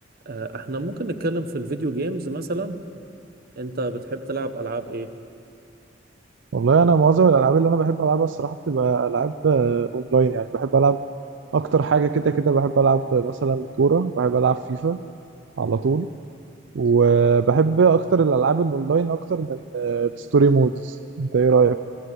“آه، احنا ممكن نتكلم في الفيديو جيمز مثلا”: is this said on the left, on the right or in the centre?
Right